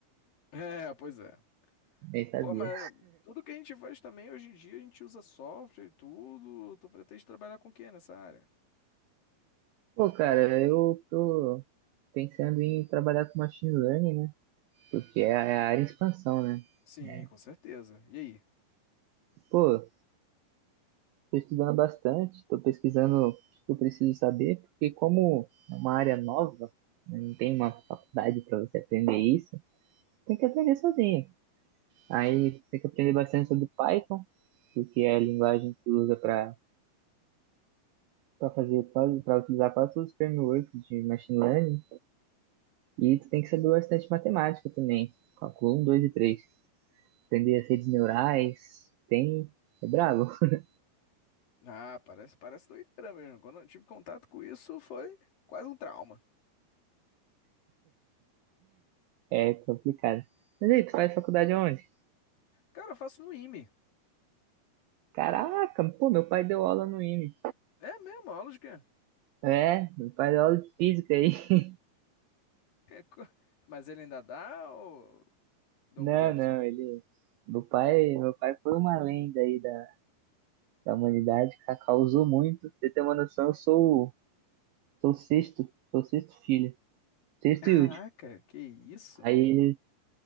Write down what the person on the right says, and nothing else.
nem sabia.
Pô, cara, eu tô pensando em trabalhar com machine learning, né? Porque é a é a área em expansão, né?
É.
Pô, tô estudando bastante, tô pesquisando o que eu preciso saber, porque como é uma área nova, né, não tem uma faculdade para você aprender isso, tem que aprender sozinho. Aí tem que aprender bastante sobre Python, porque é a linguagem que usa para para fazer quase, para utilizar quase todos os frameworks de machine learning. E tu tem que saber bastante matemática também. Calcula um, dois e três. Aprender as redes neurais. Tem. É brabo. <laughs>
É complicado. Mas aí, tu faz faculdade onde?
Caraca, pô, meu pai deu aula no IME.
É, meu pai deu aula de física aí. <laughs>
Não,
não,
ele. Meu pai, meu pai foi uma lenda aí da, da humanidade, ca- causou muito. Pra você ter uma noção, eu sou, o- sou o sexto, sou o sexto filho, sexto
e último.
Aí